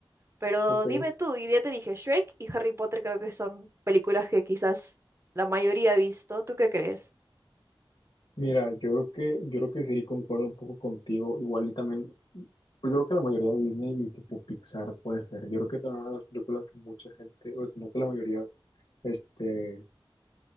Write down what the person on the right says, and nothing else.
Pero
dime tú, y ya te dije, Shrek y Harry Potter creo que son películas que quizás la mayoría ha visto. ¿Tú qué crees?